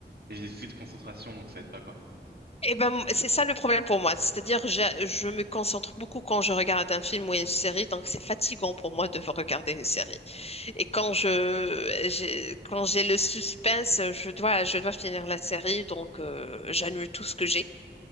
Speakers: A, on the right; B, on the left.
A: et j'ai des soucis de concentration, donc ça aide pas quoi.
B: Et ben, m- c'est ça le problème pour moi. C'est-à-dire, j'a- je me concentre beaucoup quand je regarde un film ou une série, donc c'est fatigant pour moi de regarder une série. Et quand je, j'ai, quand j'ai le suspense, je dois, je dois finir la série, donc euh, j'annule tout ce que j'ai.